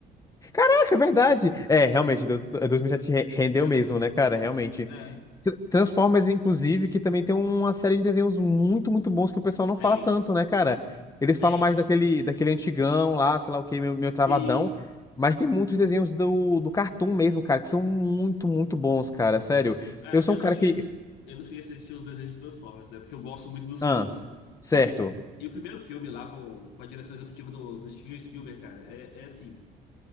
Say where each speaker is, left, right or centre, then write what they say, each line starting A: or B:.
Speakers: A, on the left (about 20°); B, on the left (about 85°).
A: Caraca, é verdade. É, realmente, do- do- 2007 re- rendeu
B: É,
A: mesmo,
B: mas-
A: né, cara? Realmente.
B: é,
A: Tr- Transformers, inclusive, que também tem uma série de desenhos muito, muito bons que o pessoal não
B: tem,
A: fala tanto, né, cara? Eles
B: tem.
A: falam mais daquele, daquele antigão lá, sei lá o que meu, meu
B: Sim.
A: travadão. Mas tem muitos desenhos do, do Cartoon mesmo, cara, que são muito, muito bons, cara. Sério.
B: É,
A: Eu sou
B: eu
A: um
B: não
A: cara
B: cheguei
A: que.
B: a, assi- eu não cheguei a assistir os desenhos de Transformers, né? Porque eu gosto muito dos
A: Ah,
B: filmes.
A: certo.
B: E, pô, e o primeiro filme lá com, com a direção executiva do, do Steven Spielberg, cara, é, é assim.